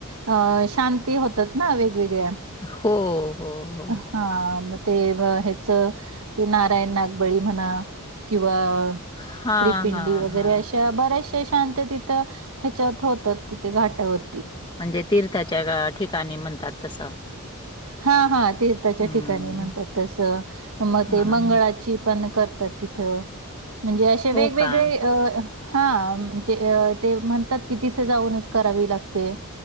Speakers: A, on the right (about 70°); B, on the left (about 20°).
A: अ शांती होतात ना वेगवेगळ्या.
B: हो. हो, हो.
A: अ हा म ते म ह्याच ते नारायण नागबळी म्हणा किंवा
B: हां,
A: त्रिपिंडी
B: हां,
A: वगैरे
B: हां.
A: अशा बऱ्याशा शांततिथ त ह्याच्या होतात तिथे घाटावर.
B: म्हणजे तीर्थाच्या गा ठिकाणी म्हणतात तसं.
A: हा-हा ते त्याच्या
B: हं.
A: ठिकाणी म्हणतात तसं मग
B: हां.
A: ते मंगळाची पण करतात तथ म्हणजे अशे
B: हो
A: वेगगळे
B: का?
A: अ हां. म्हणजे ते म्हणतात की तिथे जाऊनच करावी लाग ते